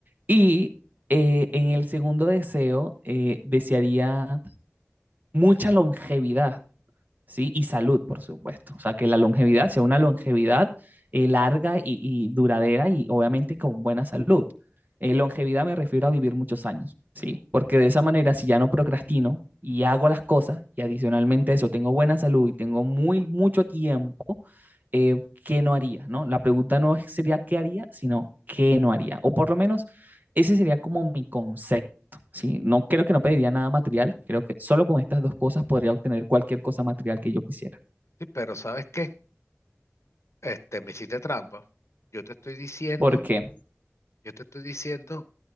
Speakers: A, on the right; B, on the left.
A: Y eh, en el segundo deseo eh, desearía mucha longevidad, ¿sí? Y salud, por supuesto. O sea, que la longevidad sea una longevidad eh, larga y, y duradera y obviamente con buena salud. Eh, longevidad me refiero a vivir muchos años, ¿sí? Porque de esa manera, si ya no procrastino y hago las cosas y adicionalmente a eso tengo buena salud y tengo muy mucho tiempo, eh, qué no haría, ¿no? La pregunta no sería qué haría, sino qué no haría. O por lo menos ese sería como mi concepto, ¿sí? No creo que no pediría nada material, creo que solo con estas dos cosas podría obtener cualquier cosa material que yo quisiera.
B: Sí, pero ¿sabes qué? Este, me hiciste trampa. Yo te estoy diciendo,
A: ¿Por qué?
B: yo te estoy diciendo,